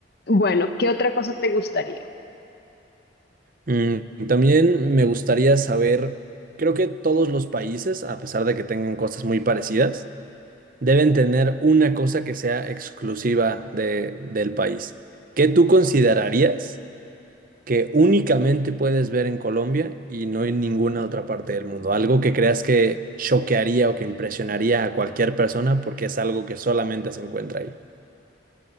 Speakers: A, on the left; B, on the right.
A: bueno, ¿qué otra cosa te gustaría?
B: Mm, también me gustaría saber, creo que todos los países, a pesar de que tengan cosas muy parecidas, Deben tener una cosa que sea exclusiva de, del país. ¿Qué tú considerarías que únicamente puedes ver en Colombia y no en ninguna otra parte del mundo? Algo que creas que choquearía o que impresionaría a cualquier persona porque es algo que solamente se encuentra ahí.